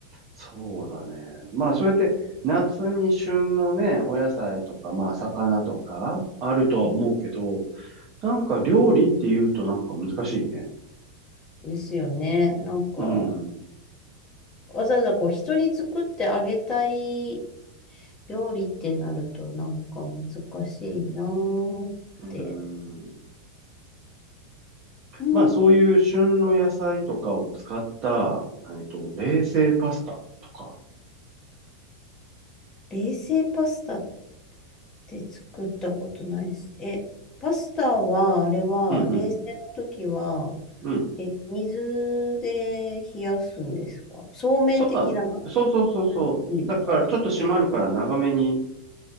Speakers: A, on the right (about 35°); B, on the left (about 25°).
A: そうだね。まあ、そうやって夏に旬のね、お野菜とか、まあ、魚とか、あるとは思うけど、
B: うん
A: なんか料理って言うとなんか難しいね。
B: ですよね。なんか、
A: うん。
B: わざわざこう、人に作ってあげたい料理ってなると、なんか難しいなーって。
A: うん。
B: うん。
A: まあ、そういう旬の野菜とかを使った、えっと、冷製パスタとか。
B: 冷製パスタって作ったことないです。え、パスタは、あれは、
A: うん
B: 冷製の時は、
A: うん。うん。
B: え、水で冷やすんですかそうめん的な感
A: そうだね。そうそうそうそう。
B: じですか
A: だから、ちょっと締まるから長めに